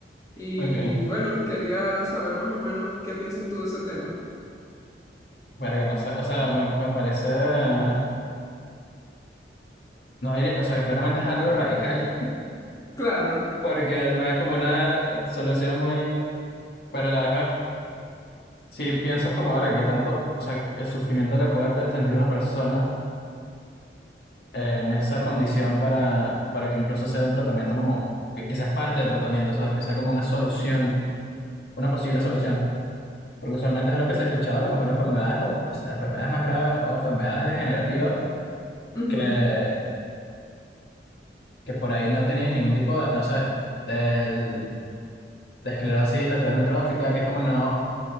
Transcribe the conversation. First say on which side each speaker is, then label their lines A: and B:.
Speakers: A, on the left (about 20°); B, on the left (about 65°).
A: Y
B: Ok,
A: bueno, quería saber más o menos qué piensas tú de ese tema.
B: verga, no sé, o sea, me, me parece, no, hay- o sea, claramente es algo radical,
A: Claro.
B: <laughs> porque no es como una eh, solución muy, pero a la vez me, sí pienso como, verga, que tanto, o sea, el sufrimiento que puede pe- sentir una persona eh, en esa condición para, para que incluso sea un tratamiento como, que, que sea parte del tratamiento, ¿sabes? Que sea como una solución, una posible solución, porque usualmente es lo que se escuchaba, a lo mejor enfermedades como, o sea, enfermedades más graves o enfermedades degenerativas
A: <laughs> Ujú.
B: que que por ahí no tenías ningún tipo de, no sé, del, de esclerosis lateral amiotrófica, que es como no,